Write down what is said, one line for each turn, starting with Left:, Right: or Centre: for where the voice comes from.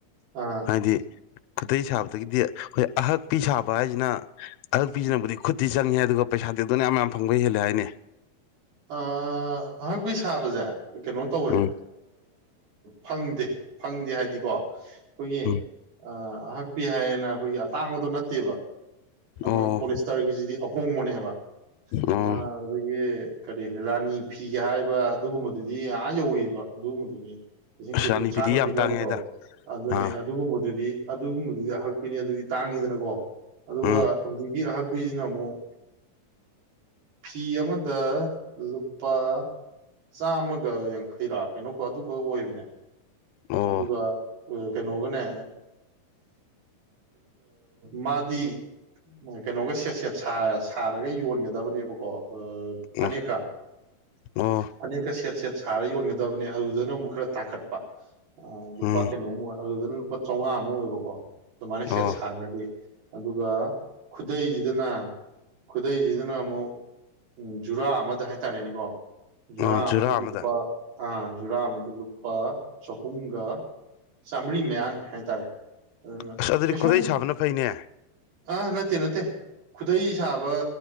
Right: ꯑꯥ
Left: ꯍꯥꯏꯗꯤ ꯈꯨꯠꯇ ꯁꯥꯕꯗꯒꯤꯗꯤ ꯑꯩꯈꯣꯏ ꯑꯍꯛꯄꯤ ꯁꯥꯕ ꯍꯥꯏꯁꯤꯅ ꯑꯍꯛꯄꯤꯁꯤꯅꯕꯨꯗꯤ ꯈꯨꯠꯇꯤ ꯆꯪꯉꯦ ꯑꯗꯨꯒ ꯄꯩꯁꯥ ꯇꯦꯡꯛꯇꯅ ꯌꯥꯝ ꯌꯥꯝ ꯐꯪꯕꯩ ꯍꯦꯜꯂꯦ ꯍꯥꯏꯅꯤ
Right: ꯑ ꯑꯩꯍꯣꯏꯕꯨ ꯁꯥꯥꯕꯖꯥ ꯀꯩꯅꯣ ꯇꯧꯋꯦ
Left: ꯎꯝ
Right: ꯐꯪꯗꯦ ꯐꯪꯗꯦ ꯍꯥꯏꯗꯤꯀꯣ ꯑꯩꯈꯣꯏꯒꯤ
Left: ꯎꯝ
Right: ꯑꯍ ꯄꯄꯤ ꯍꯥꯏꯌꯦꯅ ꯑꯩꯈꯣꯏꯒꯤ ꯑꯇꯥꯡꯕꯗꯣ ꯅꯠꯇꯦꯕ ꯑꯃ
Left: ꯑꯣ
Right: ꯄꯣꯂꯤꯁꯇꯔꯒꯤꯁꯤꯗꯤ ꯑꯍꯣꯡꯕꯅꯦꯕ ꯑꯃ
Left: ꯑꯣ
Right: ꯑꯩꯈꯣꯏꯒꯤ ꯀꯔꯤ ꯔꯥꯅꯤ ꯐꯤꯒꯦ ꯍꯥꯏꯕ ꯑꯗꯨꯒꯨꯝꯕꯗꯨꯗꯤ ꯉ ꯌꯧꯋꯕ ꯑꯗꯨꯒꯨꯝꯕꯗꯨꯅꯤ ꯂꯤꯁꯤꯡ
Left: ꯑꯁ
Right: ꯀꯨꯟ
Left: ꯔꯥꯅꯤ
Right: ꯀꯨꯟꯊ꯭ꯔꯥꯒ
Left: ꯐꯤꯗꯤ ꯌꯥꯝ
Right: ꯄꯤꯅꯕꯗꯣ
Left: ꯇꯥꯡꯉꯦ ꯍꯥꯏꯗ
Right: ꯑꯗꯨꯅꯦ
Left: ꯑꯥ
Right: ꯑꯗꯨꯒꯨꯝꯕꯗꯨꯗꯤ ꯑꯗꯨꯒꯨꯝꯕꯗꯨꯗꯤ ꯑꯩꯈꯣꯏꯅꯦ ꯑꯗꯨꯗꯤ ꯇꯥꯡꯉꯤꯗꯅꯀꯣ ꯑꯗꯨꯒ
Left: ꯎꯝ
Right: ꯍꯧꯖꯤꯛꯀꯤ ꯑꯍ ꯑꯩꯈꯏꯁꯤꯅ ꯑꯃꯨꯛ ꯐꯤ ꯑꯃꯗ ꯂꯨꯄꯥ ꯆꯥꯝꯃꯒ ꯌꯥꯡꯈꯩꯔꯥ ꯀꯩꯅꯣꯀꯣ ꯑꯗꯨꯒꯈꯛ ꯑꯣꯏꯕꯅꯦ
Left: ꯑꯣ
Right: ꯑꯗꯨꯒꯗꯨ ꯀꯩꯅꯣꯒꯅꯦ ꯃꯥꯗꯤ ꯀꯩꯅꯣꯒ ꯁꯦꯠ ꯁꯦꯠ ꯁꯥꯔꯒ ꯌꯣꯟꯒꯗꯕꯅꯦꯕꯀꯣ ꯑ
Left: ꯑꯣ
Right: ꯐꯅꯦꯀꯥ
Left: ꯑꯣ
Right: ꯐꯅꯦꯦꯛꯀ ꯁꯦꯠ ꯁꯦꯠ ꯁꯥꯔ ꯌꯣꯟꯒꯗꯕꯅꯤ ꯑꯗꯨꯗꯨꯅ ꯑꯃꯨꯛ ꯈꯔ ꯇꯥꯡꯈꯠꯄ ꯑ ꯂꯨꯄꯥ
Left: ꯎꯝ
Right: ꯀ ꯅꯣꯡꯃꯨ ꯑꯗꯨꯗꯅ ꯂꯨꯄꯥ ꯆꯥꯝꯃꯉꯥ ꯑꯃꯨꯛ ꯑꯣꯏꯕꯀꯣ ꯃꯅꯤꯁꯦ
Left: ꯑꯣ
Right: ꯁꯥꯟꯗꯤ ꯑꯗꯨꯒ ꯈꯨꯗꯩꯁꯤꯗꯅ ꯈꯨꯗꯩꯁꯤꯗꯅ ꯑꯃꯨꯛ ꯖꯨꯔꯥ ꯑꯃꯗ ꯍꯥꯏꯇꯥꯔꯦꯅꯦꯀꯣ ꯅꯥ
Left: ꯑꯣ ꯖꯨꯔꯥ
Right: ꯑꯗ ꯇꯨꯞꯄꯥ
Left: ꯑꯃꯗ
Right: ꯑ ꯖꯨꯔꯥ ꯃꯗꯨ ꯂꯨꯄꯥ ꯆꯍꯨꯝꯒ ꯆꯥꯃꯔꯤ ꯃꯌꯥꯅꯤ ꯍꯥꯏꯇꯥꯔꯦ ꯑꯗꯨꯅ
Left: ꯑꯁ ꯑꯗꯨꯗꯤ
Right: ꯀꯩꯁꯨꯝ
Left: ꯈꯨꯗꯩ ꯁꯥꯕꯅ ꯐꯩꯅꯦ
Right: ꯑꯥ ꯅꯠꯇꯦ ꯅꯠꯇꯦ ꯈꯨꯗꯩ ꯁꯥꯕ